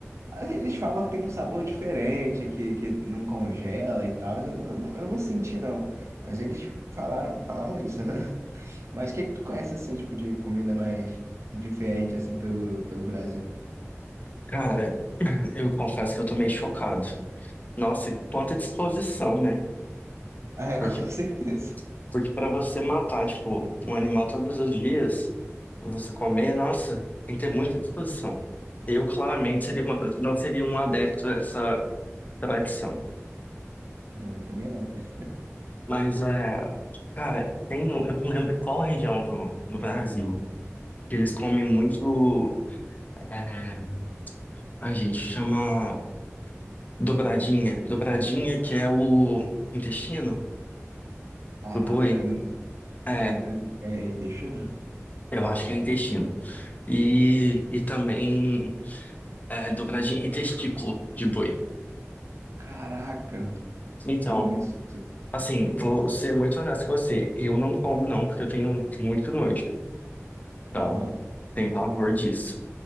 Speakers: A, on the right (about 65°); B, on the left (about 35°).
A: Aí eles falam que tem um sabor diferente, que, que não congela e tal. Eu, não- eu, não- eu não senti, não. Mas eles falaram, falavam isso, <laughs> né? Mas o que que tu conhece, assim, tipo, de comida mais diferente, assim, pelo, pelo Brasil?
B: Cara, eu confesso que eu tô meio chocado. Nossa, e quanta disposição, né?
A: É,
B: Porque,
A: <laughs> com certeza.
B: porque para você matar, tipo, um animal todos os dias, você comer, nossa, tem que ter muita disposição. Eu, claramente, seria uma- não seria um adepto a essa tradição.
A: Eu também não, cara.
B: Mas, é, cara, tem, no- eu não lembro qual região do, do Brasil que eles comem muito. É, a gente chama dobradinha. Dobradinha que é o intestino
A: Caraca,
B: do boi.
A: eu,
B: É,
A: eu, é, é intestino?
B: eu acho que é intestino. E, e também é, dobradinha e testículo de boi.
A: Caraca,
B: Então,
A: que isso?
B: assim, vou ser muito honesto com você. Eu não como não, porque eu tenho muito nojo,
A: Aham,
B: sabe? Tem pavor disso.